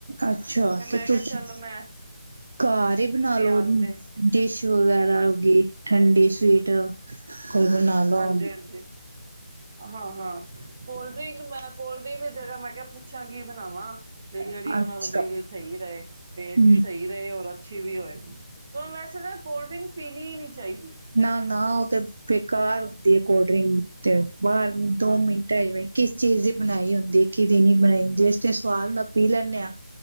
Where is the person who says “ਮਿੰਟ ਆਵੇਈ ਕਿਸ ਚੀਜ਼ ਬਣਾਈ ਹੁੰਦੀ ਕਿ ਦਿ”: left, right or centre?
Right